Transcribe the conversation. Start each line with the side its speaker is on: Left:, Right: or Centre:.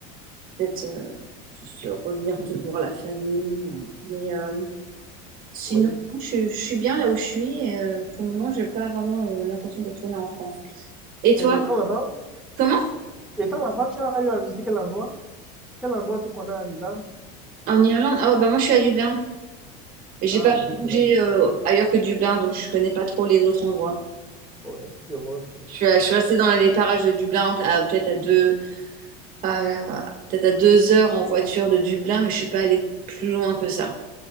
Right: peut-être euh, juste revenir, peut-être voir la famille. euh. Mais euh, sinon,
Centre: oui.
Right: je, je suis bien là où je suis. et, euh, pour le moment, je n'ai pas vraiment euh, l'intention de retourner en France. Et toi,
Centre: Et étant là-bas,
Right: comment?
Centre: étant là-bas, tu as eu à visiter quel endroit? Quel endroit tu connais en Irlande?
Right: En Irlande, oh, bah moi je suis à Dublin. Et J'ai
Centre: Ah,
Right: pas
Centre: Dublin.
Right: bougé euh,
Centre: Oui,
Right: ailleurs que Dublin, donc je connais pas trop les autres endroits.
Centre: oui, je vois un peu.
Right: Je suis, à- je suis restée dans les parages de Dublin, à- peut-être à deux, à- peut-être à deux heures en voiture de Dublin, mais je suis pas allée plus loin que ça.